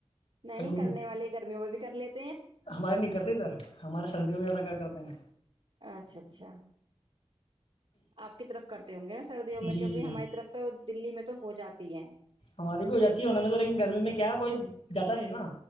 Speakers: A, on the right; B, on the left.
A: نہیں
B: گم
A: کرنے والے گرمیوں میں بھی کر لی <inaudible>
B: ہمارے نہیں کرتے سر ہمارے سردیوں میں زیادہ کر کرتے ہیں
A: اچھا اچھا آپ کی طرف کرتے ہوں گے نا سردیوں میں
B: جی
A: کیونکہ ہماری طرف تو دلی میں تو ہو جاتی ہے
B: ہماری بھی ہو جاتی ہے تو لیکن گرمی میں کیا کوئی جاتا نہیں نا